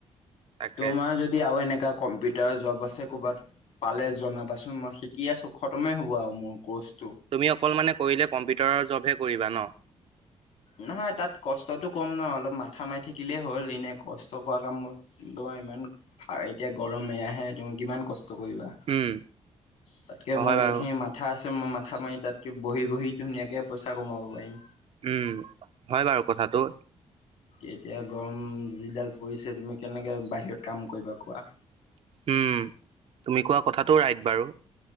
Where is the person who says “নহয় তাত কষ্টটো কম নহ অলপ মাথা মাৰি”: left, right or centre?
Left